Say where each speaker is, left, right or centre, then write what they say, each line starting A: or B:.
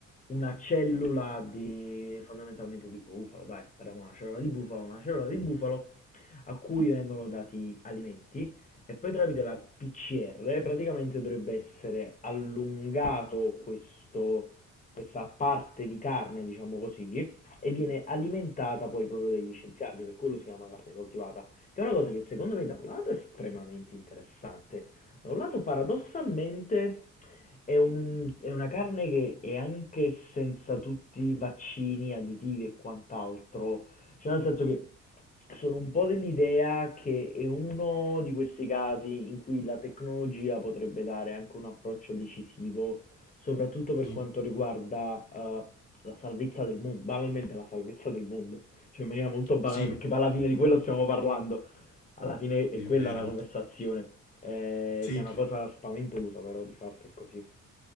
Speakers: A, on the left; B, on the left.
A: una cellula di, fondamentalmente di bufalo, dai, parliamo di una cellula di bufalo, una cellula di bufalo a cui vengono dati alimenti e poi tramite la PCR praticamente dovrebbe essere allungato questo questa parte di carne, diciamo così, e viene alimentata poi proprio dagli scienziati, per quello si chiama carne coltivata, che è una cosa che secondo me da un lato è estremamente interessante, da un lato paradossalmente è, un- è una carne che è anche senza tutti i vaccini, additivi e quant'altro, cioè nel senso che sono un po' dell'idea che è uno di questi casi in cui la tecnologia potrebbe dare anche un approccio decisivo, soprattutto per
B: Sì,
A: quanto riguarda eh, la salvezza del mondo, banalmente la salvezza del mondo, cioè in maniera molto banale,
B: sì,
A: perché poi alla fine di quello stiamo parlando, alla fine è
B: sì,
A: quella
B: è vero.
A: la conversazione, eh,
B: Sì,
A: che è una cosa spaventosa, però di fatto è così.